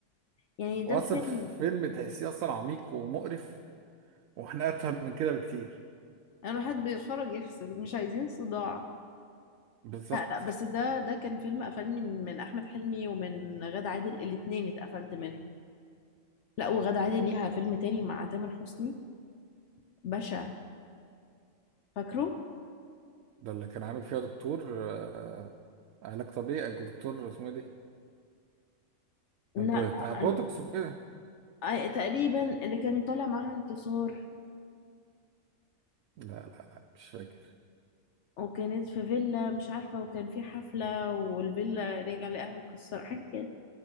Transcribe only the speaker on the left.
يعني ده
فيلم
انا حد بيتفرج يفصل مش عايزين صداع
لا لا بس ده ده كان فيلم قفلني من من احمد حلمي ومن غادة عادل الاتنين اتقفلت منهم لا وغادة عادل ليها فيلم تاني مع تامر حسني بشع فاكره
لا
أنا-
آه، تقريبا اللي كان طالع معاها انتصار
وكانت في فيلا مش عارفة وكان في حفلة والفيلا رجع لقاها متكسرة حاجة كده